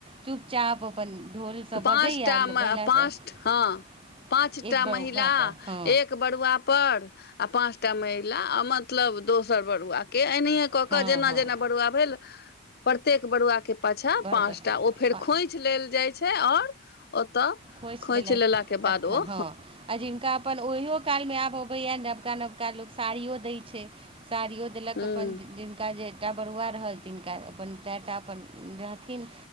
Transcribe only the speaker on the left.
पाँचटा
पाँच
हँ पाँचटा
महिला
एक बरुआ पर आ पाँच टा महिला आर मतलब दोसर बरुआ के एनाहियए कऽ
कऽ जेना
जेना बरुआ भेल प्रतेक बरुआ के पाछा
पाँचटा ओ फेर
खोछि लेल जाइ छै छै ओर ओतऽ
खोंछि
लेलाके
बाद ओ
हूँ